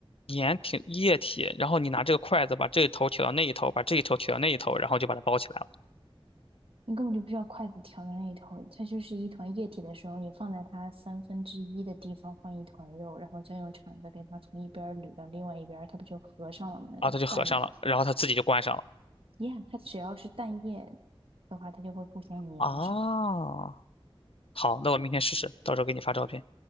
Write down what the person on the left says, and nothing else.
盐挺液体，然后你拿这个筷子把这一头挑到那一头，把这一头挑到那一头，然后就把它包起来了，
然后它就合上了，然后它自己就关上了。
啊，好，那我明天试试，到时候给你发照片。